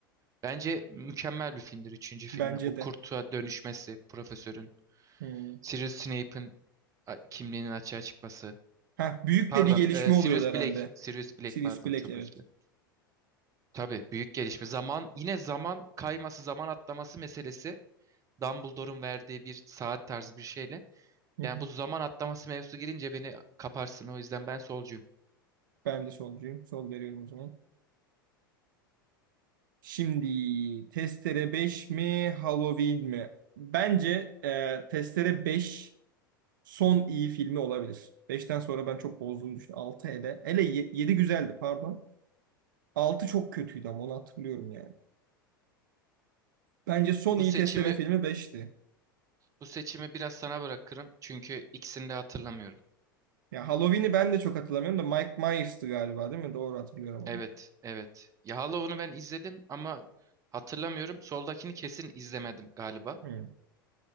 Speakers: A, on the right (about 30°); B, on the right (about 65°).
A: Bence mükemmel bir filmdir üçüncü filmi.
B: Bence
A: O
B: de.
A: kurtuğa dönüşmesi, profesörün.
B: Hı.
A: Sirius Snape'in a- kimliğinin açığa çıkması.
B: Ha, büyük
A: Pardon,
B: de bir gelişme
A: e,
B: oluyordu
A: Sirius
B: herhalde.
A: Black. Sirius Black
B: Sirius
A: pardon,
B: Black
A: çok
B: evet.
A: özür dilerim. Tabii büyük gelişme. Zaman yine zaman kayması, zaman atlaması meselesi Dumbledore'un verdiği bir saat tarzı bir şeyle.
B: Hı
A: Yani
B: hı.
A: bu zaman atlaması mevzusu girince beni kaparsın. O yüzden ben solcuyum.
B: Ben de solcuyum. Sol veriyorum o zaman. Şimdi Testere beş mi Halloween mi? Bence e, Testere beş son iyi filmi olabilir. Beşten sonra ben çok bozduğunu düşünüyorum. 6 hele. Hele 7 güzeldi pardon. 6 çok kötüydü ama onu hatırlıyorum yani. Bence son
A: Bu
B: iyi
A: seçimi
B: Testere filmi beşti.
A: bu seçimi biraz sana bırakırım. Çünkü ikisini de hatırlamıyorum.
B: Ya Halloween'i ben de çok hatırlamıyorum da Mike Myers'tı galiba değil mi? Doğru hatırlıyorum onu.
A: Evet, evet. Ya Hollow'unu ben izledim ama hatırlamıyorum. Soldakini kesin izlemedim galiba.
B: Hı.